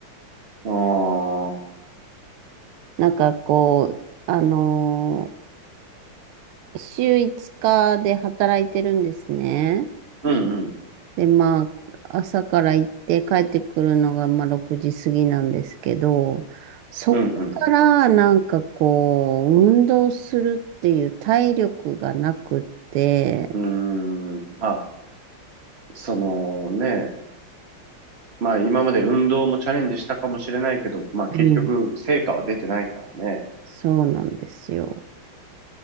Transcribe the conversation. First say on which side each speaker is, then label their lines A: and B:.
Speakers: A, on the right; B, on the right.
A: あー
B: なんかこう、あのー週5日で働いてるんですね。
A: うんうん、
B: で、まあ、朝から行って帰ってくるのが、まあ、6時過ぎなんですけど、そこからなんかこう、
A: うん
B: 運動するっていう体力がなくって、
A: うん、うん、まあ、そのね、まあ今まで運動もチャレンジしたかもしれないけど、まあ結局成果は出てないからね。
B: うん。そうなんですよ。